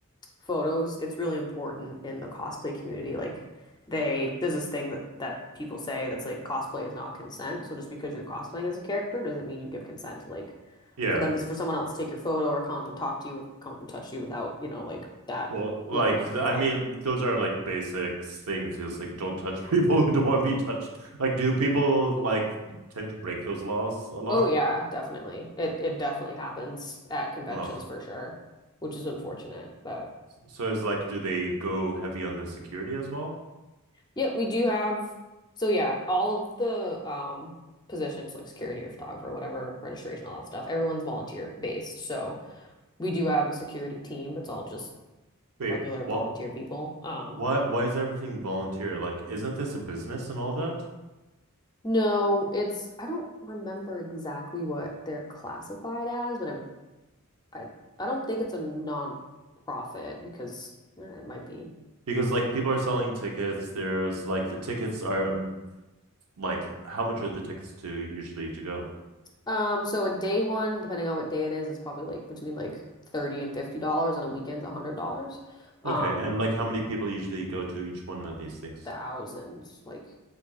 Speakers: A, on the left; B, on the right.
A: photos, it's really important in the cosplay community. Like they, there's this thing that that people say that's like cosplay is not consent. So just because you're cosplaying as a character doesn't mean you give consent to like
B: yeah.
A: for them to for someone else to take your photo or come up and talk to you or come up and touch you without, you know, like that
B: Well, like
A: level of
B: th-
A: consent.
B: I mean, those are like basic things. Just like don't touch <laughs> people who don't want to be touched. Like, do people like tend to break those laws a lot?
A: Oh yeah, definitely. It it definitely happens at conventions
B: Ugh.
A: for sure, which is unfortunate. But
B: So is like, do they go heavy on the security as well?
A: yeah, we do have so yeah, all of the um positions like security or photographer, whatever, registration, all that stuff, everyone's volunteer based. So we do have a security team. It's all just
B: Wait,
A: regular
B: what?
A: volunteer people. Um
B: Why? Why is everything volunteer? Like, isn't this a business and all that?
A: no, it's I don't remember exactly what they're classified as, but I'm I I don't think it's a non-profit because eh, it might be.
B: Because like people are selling tickets. There's like the tickets are um, like how much are the tickets to usually to go?
A: Um, so a day one, depending on what day it is, it's probably like between like 30 and 50 dollars and a weekend's a hundred dollars. Um,
B: Okay, and like how many people usually go to each one of these things?
A: thousands like